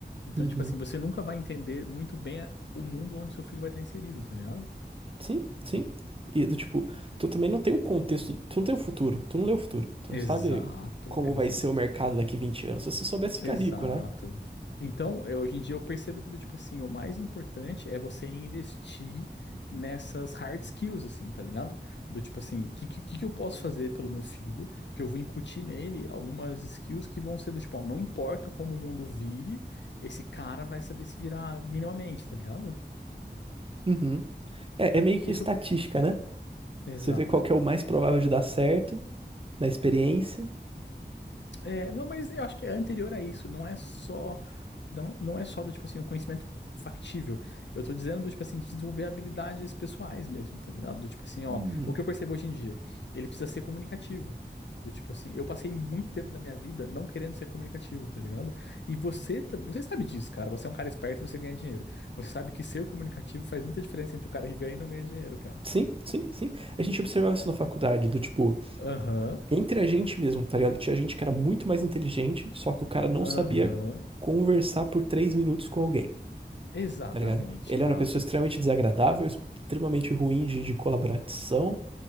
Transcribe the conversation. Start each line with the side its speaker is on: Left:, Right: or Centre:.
Left: Então,
Right: Uhum.
Left: tipo assim, você nunca vai entender muito bem a- o mundo onde seu filho vai estar inserido, tá ligado?
Right: sim, sim. E do tipo, tu também não tem o contexto, tu não tem o futuro, tu não lê o futuro, tu
Left: Exato,
Right: não sabe como
Left: exato.
Right: vai ser o mercado daqui 20 anos. Se você soubesse ficar
Left: Exato.
Right: rico, né?
Left: Então, eh, hoje em dia eu percebo que, do tipo assim, o mais importante é você investir nessas hard skills, assim, tá ligado? Do tipo assim, o que, que, que eu posso fazer pelo meu filho? Que eu vou incutir nele algumas skills que vão ser do tipo, ó, não importa como o mundo vire, esse cara vai saber se virar minimamente, tá ligado?
Right: Uhum. É, é meio que
Left: Isso,
Right: estatística, né?
Left: exato.
Right: Você vê qual que é o mais provável de dar certo na experiência.
Left: É, não, mas eu acho que é anterior a isso, não é só, não, não é só do tipo assim, o conhecimento factível. Eu tô dizendo do tipo assim, desenvolver habilidades pessoais mesmo, tá ligado? Do tipo assim, ó,
Right: Hum,
Left: o que eu percebo hoje em dia, ele precisa ser comunicativo. Do tipo assim, eu passei muito tempo da minha vida não querendo ser comunicativo, tá ligado? E você, ta- você sabe disso, cara. Você é um cara esperto, e você ganha dinheiro. Você sabe que ser comunicativo faz muita diferença entre o cara que ganha e não ganha dinheiro, cara.
Right: Sim, sim, sim. A gente observava isso na faculdade, do tipo,
Left: Aham,
Right: entre a gente mesmo, tá ligado? Tinha gente que era muito mais inteligente, só que o cara não
Left: aham.
Right: sabia conversar por três minutos com alguém,
Left: Exatamente,
Right: tá ligado? Ele
Left: cara.
Right: era uma pessoa extremamente desagradável, extremamente ruim de, de colaboração,